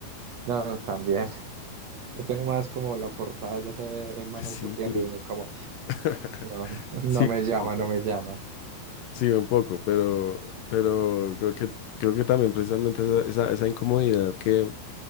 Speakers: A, on the right (about 60°); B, on the left (about 75°).
A: No, también. <laughs> Es que nomás como la portada ya se ve el man
B: Sí.
A: ahí sufriendo y uno como,
B: <laughs>
A: no, <laughs> no
B: Sí,
A: me
B: un
A: llama,
B: poco.
A: no me llama.
B: Sí, un poco, pero, pero creo que, creo que también precisamente esa, esa, esa incomodidad que,